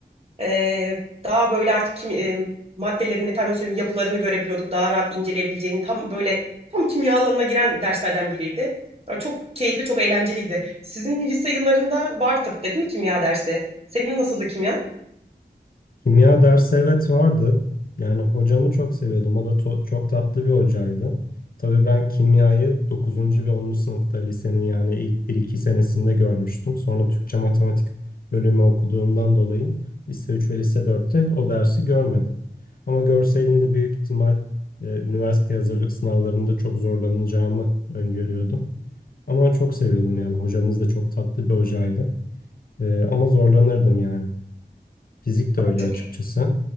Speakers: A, on the right; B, on the left.
A: Ee, daha böyle artık kim, e, maddelerin efendim söyleyeyim yapılarını görebiliyorduk. Daha rahat inceleyebileceğin tam böyle tam kimya alanına giren derslerden biriydi. Ya Çok keyifli, çok eğlenceliydi. Sizin lise yıllarında var tabii de değil mi kimya dersi? Senin nasıldı kimya?
B: Kimya dersi evet vardı. Yani hocamı çok seviyordum. O da to- çok tatlı bir hocaydı. Tabii ben kimyayı 9. ve 10. sınıfta lisenin yani ilk bir iki senesinde görmüştüm. Sonra Türkçe matematik bölümü okuduğumdan dolayı lise 3 ve lise 4'te o dersi görmedim. Ama görseydim de büyük ihtimal e, üniversite hazırlık sınavlarında çok zorlanacağımı öngörüyordum. Ama çok seviyordum yani. Hocamız da çok tatlı bir hocaydı. E, ama zorlanırdım yani. Fizik de öyle
A: Çok
B: açıkçası.
A: iyi.